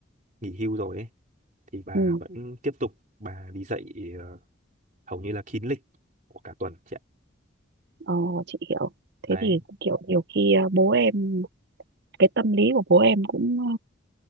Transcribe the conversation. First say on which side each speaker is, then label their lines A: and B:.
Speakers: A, on the right; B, on the right.
A: nghỉ hưu rồi ấy thì bà
B: ừ,
A: vẫn tiếp tục bà đi dạy ờ, hầu như là kín lịch của cả tuần chị ạ
B: ờ, chị hiểu. Thế
A: đấy
B: thì kiểu nhiều khi ờ, bố em, cái tâm lý của bố em cũng ờ,